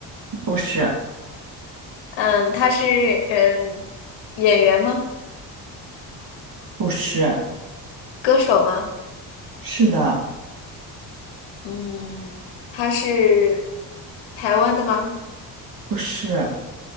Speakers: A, on the right; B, on the left.
A: 不是，
B: 嗯，他是嗯演员吗？
A: 不是，
B: 歌手吗？
A: 是的，
B: 嗯，他是台湾的吗？
A: 不是，